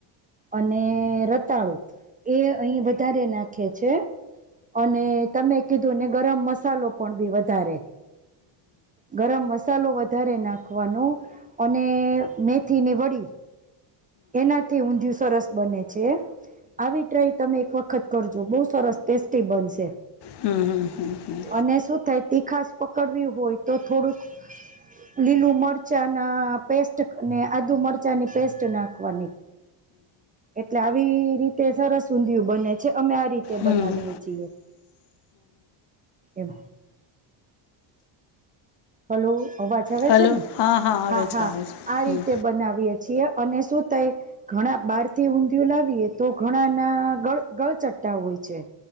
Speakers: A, on the right; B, on the left.
A: અને રતાળું એ અહીં વધારે નાખે છે. અને તમે કીધું ને ગરમ મસાલો પણ બી વધારે ગરમ મસાલો વધારે નાખવાનો અને મેથીની વડી એનાથી ઊંધિયું સરસ બને છે આવી ટ્રાય તમે એક વખત વખત કરજો બઉ સરસ ટેસ્ટી બનશે.
B: હમ્મ હમ્મ હમ્મ.
A: અને શું થાય તીખાસ પકડવી હોય તો થોડુંક લીલું મરચા ના પેસ્ટ ને આદુ મરચાંની પેસ્ટ નાખવાની એટલે આવી રીતે સરસ ઊંધિયુ બને છે. અમે આ રીતે બનાવીએ
B: હમ હમ
A: છીએ એમ. હલો અવાજ આવે
B: હલો
A: છે ને.
B: હા આવે
A: હા
B: છે
A: હા
B: આવે છે
A: આ રીતે
B: હમ
A: બનાવીએે છીએ અને શું થઈ ઘણા બહાર થી ઊંધિયું લાવીએ તો ઘણા ના ગળ ગળચટ્ટા હોય છે.